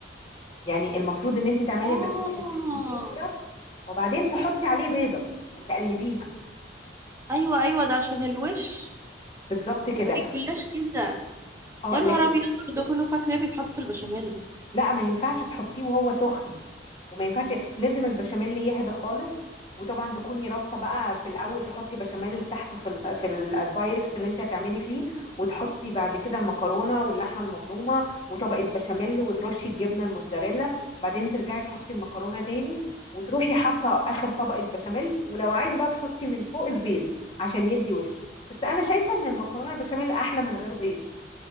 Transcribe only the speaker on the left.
يعني المفروض ان انتي تعملي
البشاميل وتسيبيه يبرد وبعدين تحطي عليه بيضه وتقلبيها
بالظبط كده
اه
لكن
لا ما ينفعش تحطيه وهو سخن وما ينفعش لازم البشاميل يهدى خالص وطبعا تكوني رصه بقى في الاول تحطي بشاميل تحت في ال- في ال- البايركس اللي انت هتعملي فيه وتحطي بعد كده المكرونه واللحمه المفرومه وطبقه بشاميل وترشي الجبنه الموتزاريلا وبعدين ترجعي تحطي المكرونه تاني وتروحي حاطه اخر طبقه بشاميل ولو عايزه بقى تحطي من فوق البيض عشان يدي وش بس انا شايفه ان المكرونه البشاميل احلى من غير بيض